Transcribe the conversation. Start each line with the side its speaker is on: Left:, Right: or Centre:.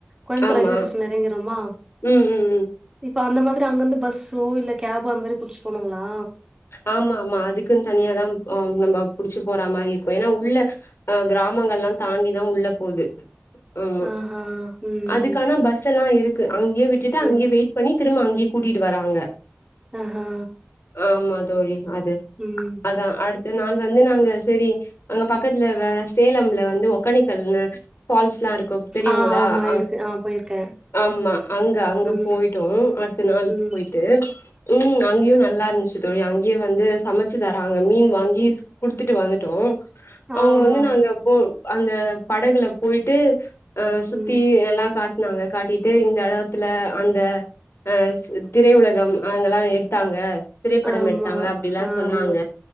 Right: கோயமுத்தூர்
Left: ஆமா
Right: ரயில்வே ஸேஷன்ல எறங்கிர்றமா
Left: ம் ம் ம்
Right: இப்ப அந்த மாதிரி அங்கிருந்து பஸ்ஸோ இல்ல கேபோ அந்த மாரி புடிச்சு போகனுங்ளா
Left: ஆமா ஆமா அதுக்குன் தனியாதா ஆ நம்ம புடிச்சி போறா மாரி இருக்கு ஏன்னா உள்ள அ கிராமங்கல்லா தாண்டிதா உள்ள போது ஆமா
Right: ஆஹா ம்
Left: அதுக்கான பஸ் எல்லா இருக் கு அங்கயே விட்டுட்டு
Right: ம்
Left: அங்கயே வெயிட் பண்ணி திரும்ப அங்கயே கூட்டிட்டு வராங்க
Right: ஆ ஹ
Left: ஆமா தோழி அது
Right: ம்
Left: அதா அடுத்த நாள் வந்து நாங்க செரி அங்க பக்கத்துல வேற சேலம்ல வந்து ஒக்கனிக்கல்னு ஃபால்ஸ்லா இருக்கு தெரியுங்ளா
Right: ஆ ஆமா
Left: அ
Right: இருக்கு ஆ போயிருக்கே.
Left: ஆமா அங்க அங்க
Right: ம்
Left: போயிட்டோ அடுத்த நாள்
Right: ம்
Left: போய்ட்டு ம் அங்கியு நல்லா இருந்துச்சு தோழி அங்கயே வந்து சமச்சு தராங்க மீன் வாங்கி குடுத்துட்டு வந்துட்டோ அவுங்க
Right: ஆமா
Left: வந்து நாங்க போ அந்த படகுல போயிட்டு அ சுத்தி
Right: ம்
Left: எல்லா காட்டுனாங்க காட்டீட்டு இந்த எடத்துல அந்த அ திரை உலகம் அங்கல்லா எடுத்தாங்க திரைப்படம்
Right: ஆமா
Left: எடுத்தாங்க அப்டிலா
Right: ஆமா
Left: சொன்னாங்க